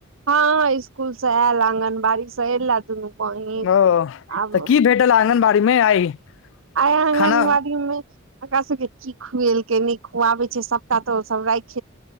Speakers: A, on the right; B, on the left.
A: हँ, इसकुल से आयल आगनबाड़ी से एयला दुनू बहीन
B: ओ
A: आब
B: तऽ की भेटल आङगनबाड़ी मे आइ
A: आय आंगनबाड़ी
B: खाना
A: में एकरा सबके की खुएलके नै खुआबे छैय सबटा तऽ उ सब राइख